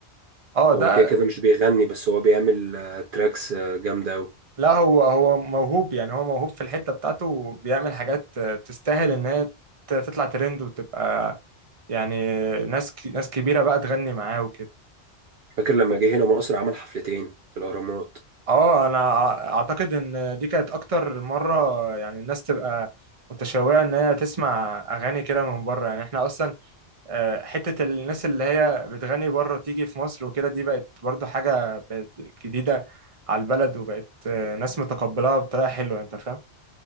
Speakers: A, on the right; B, on the right.
A: اه
B: هو
A: ده
B: كده كده مش بيغني بس هو بيعمل آه، تراكس آه، جامدة قوي
A: لا هو هو موهوب يعني هو موهوب في الحته بتاعته وبيعمل حاجات تستاهل ان هي ت- تطلع ترند وتبقى يعني ناس ك- ناس كبيره بقى تغني معاه وكده
B: فاكر لما جه هنا مصر عمل حفلتين في الأهرامات
A: اه انا أع- اعتقد ان دي كانت اكتر مره يعني الناس تبقى متشوقه ان هي تسمع اغاني كده من بره يعني احنا اصلا آه، حتة الناس اللي هي بتغني بره تيجي في مصر وكده دي بقت برضو حاجة بقت جديدة على البلد وبقت آه، ناس متقبلها بطريقة حلوة انت فاهم